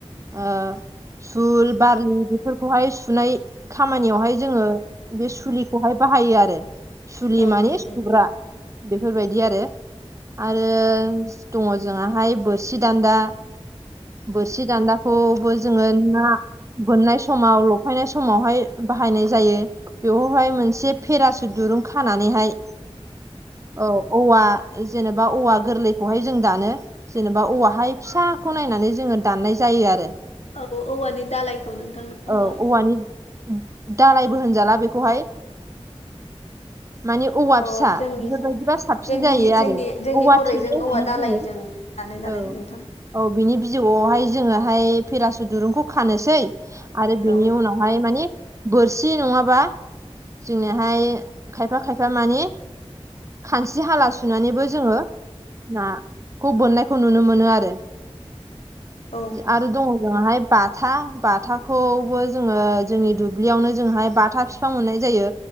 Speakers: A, on the right; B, on the left.
A: ओ सुल बारलि बेफोरखौहाय सुनाय खामानियावहाय जोङो बे सुलिखौहाय बाहायो आरो सुलि
B: औ
A: माने
B: नंगौ
A: सुग्रा बेफोरबायदि आरो आरो दङ जोंआहाय बोरसि दान्दा बोरसि दान्दाखौबो जोङो ना बोननाय समाव लफायनाय समावहाय बाहायनाय जायो बेवहाय मोनसे पेरासुट दुरुं खानानैहाय औ औवा जेनेबा औवा गोरलैखौहाय जों दानो जेनेबा औवाहाय फिसाखौ नायनानै जोङो दाननाय जायो आरो
B: औ औवानि दालायखौ नोंथां नङा होमबा
A: औ औवानि दालायबो होनजाला बेखौहाय माने औवा
B: अ
A: फिसा
B: जोंनि
A: बेफोरबायदिबा साबसिन
B: जोंनि
A: जायो
B: जोंनि
A: आरो
B: जोंनि
A: औवा
B: हरैजों
A: थेरे होननानै
B: औवा दालायजों
A: बुङो
B: दानो नालाय
A: औ
B: नोंथां
A: औ बिनि बिजौआवहाय जोङोहाय फेरासुट दुरुंखौ खानोसै आरो बिनि
B: औ
A: उनावहाय माने बोरसि नङाबा जोंनिहाय खायफा खायफा माने खानस्रि हाला सुनानैबो जोङो नाखौ बोननायखौ नुनो मोनो आरो
B: औ
A: आरो दङ जोंआहाय बाथा बाथाखौबो जोङो जोंनि दुब्लियावनो जोंहाय बाथा फि फां मोननाय जायो